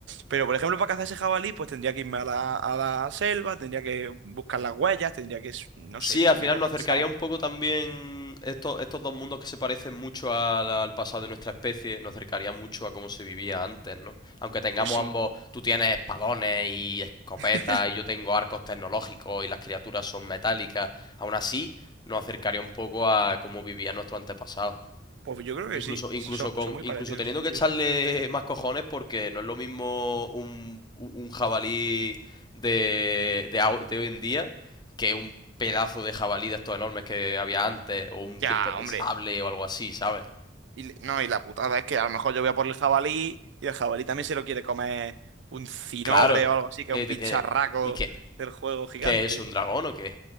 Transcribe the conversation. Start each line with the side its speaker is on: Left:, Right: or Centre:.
Right: Pero, por ejemplo, para cazar ese jabalí, pues tendría que irme a la, a la selva, tendría que buscar las huellas, tendría que, s- no
Left: Sí,
Right: sé,
Left: al
Right: tendría
Left: final
Right: que pensar.
Left: nos acercaría un poco también estos, estos dos mundos que se parecen mucho al, al pasado de nuestra especie, nos acercaría mucho a cómo se vivía antes, ¿no? Aunque tengamos
Right: Pues sí,
Left: ambos, tú tienes espadones y escopetas
Right: <laughs>
Left: y yo tengo arcos tecnológicos y las criaturas son metálicas, aún así nos acercaría un poco a cómo vivían nuestros antepasados.
Right: pues yo creo que
Left: Incluso,
Right: sí,
Left: incluso
Right: sí, son,
Left: con,
Right: son muy
Left: incluso
Right: parecidos
Left: teniendo
Right: en ese sentido.
Left: que echarle más cojones, porque no es lo mismo un, un jabalí de, de, au- de hoy en día que un pedazo de jabalí de estos enormes que había antes, o un
Right: Ya,
Left: diente de
Right: hombre.
Left: sable o algo así, ¿sabes?
Right: Y, le- no, y la putada es que a lo mejor yo voy a por el jabalí y el jabalí también se lo quiere comer un cinogre
Left: Claro,
Right: o algo así, que
Left: y
Right: es
Left: ahí
Right: un
Left: te
Right: bicharraco
Left: tiene. ¿Y qué?
Right: del juego gigante.
Left: ¿Qué es un dragón o qué?